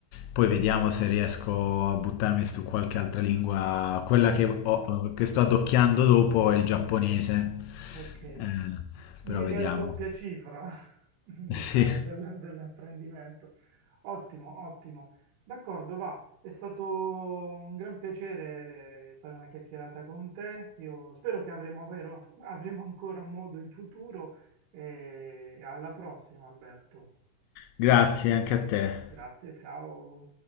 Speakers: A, on the left (about 85°); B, on the right (about 80°).
A: poi vediamo se riesco a buttarmi su qualche altra lingua. Quella che, ho- che sto adocchiando dopo è il giapponese,
B: ok.
A: Eh,
B: miri
A: però vediamo.
B: alla doppia cifra, <laughs> diciamo,
A: <laughs> Sì,
B: del- dell'apprendimento. Ottimo, ottimo. D'accordo, va. È stato un gran piacere fare una chiacchierata con te. Io spero che avremo, avvero- avremo ancora modo in futuro e alla prossima, Alberto.
A: grazie anche a te.
B: Grazie, ciao.